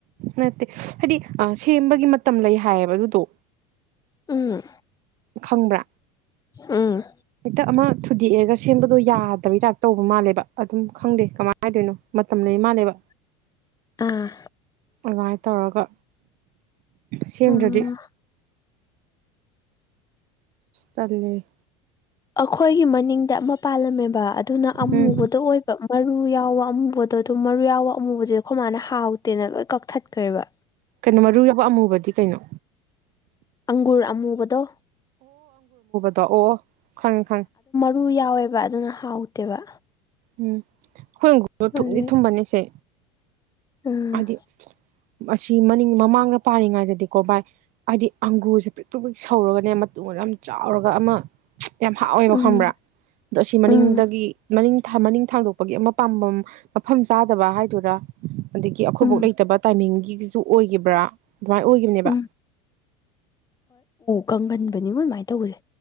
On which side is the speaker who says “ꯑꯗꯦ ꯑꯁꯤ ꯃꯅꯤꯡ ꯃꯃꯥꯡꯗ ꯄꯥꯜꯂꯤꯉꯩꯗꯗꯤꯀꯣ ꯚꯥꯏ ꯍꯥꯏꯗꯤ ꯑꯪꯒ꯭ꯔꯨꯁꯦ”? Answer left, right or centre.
Right